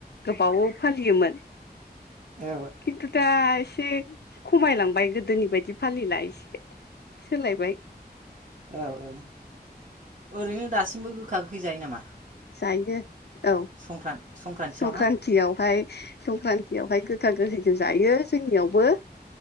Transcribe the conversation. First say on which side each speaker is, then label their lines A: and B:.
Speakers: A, on the left; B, on the right.
A: गोबावाव फालियोमोन।
B: औ
A: खिन्थु दा एसे खमायलांबाय गोदोनि बायदि फालिला एसे सोलायबाय।
B: औ औ ओरैनो दासिमबो गोखा गोखै जायो नामा?
A: जायो औ
B: संक्रान संक्रान्तियाव
A: संक्रान्तियावहाय
B: ना
A: संक्रान गोखा गोखैखौहाय जायो जोंनियावबो।